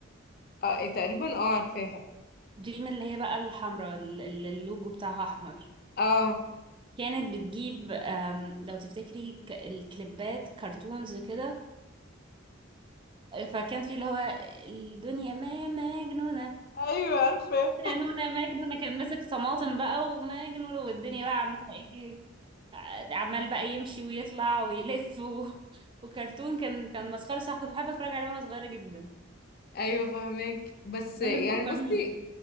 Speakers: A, on the left (about 50°); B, on the right (about 25°).
A: اه إيه، تقريبا اه عارفاها
B: دريم اللي هي بقى الحمراء اللي اللوجو بتاعها احمر
A: اه
B: كانت بتجيب أم، لو تفتكري ك- الكليبات كرتونز كده فكان في اللي هو الدنيا ما مجنونة
A: ايوه عارفه
B: مجنونة مجنونة كان ماسك طماطم بقى ومجنونة والدنيا بقى عمالة ايه عمال بقى يمشي ويطلع ويلف و... وكرتون كان كان مسخرة صح كنت بحب اتفرج عليه وانا صغيرة جدا
A: ايوه فاهمك بس
B: ده
A: يعني
B: اللي مفكرني
A: بصي
B: بيه